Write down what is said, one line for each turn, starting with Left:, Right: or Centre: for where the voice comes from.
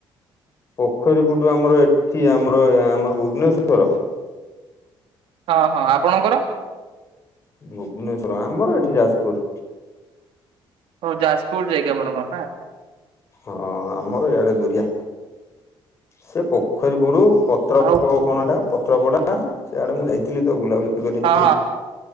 Left: ପୋଖରୀପୁଟ ଆମର ଏଠି ଆମର ଆମର ଭୁବନେଶ୍ଵର।
Right: ହଁ ହଁ ଆପଣଙ୍କର।
Left: ଭୁବନେଶ୍ଵର ଆମର ଏଠି ଯାଜପୁର।
Right: ହଁ ଯାଜପୁର ଯାଇକି ଆପଣଙ୍କର ନା।
Left: ହଁ ଆମର ଇଆଡେ ଦୁରିଆ। ସେ ପୋଖରୀ ପୁଡୁ ପତ୍ର
Right: ଓହୋ
Left: କଣ ଏଟା ପତ୍ର ପଡା ସେଆଡେ ମୁଁ ଯାଇଥିଲି ତ ବୁଲାବୁଲି। ଗାଧେଇ
Right: ଆଉ ହଁ
Left: ଥିଲି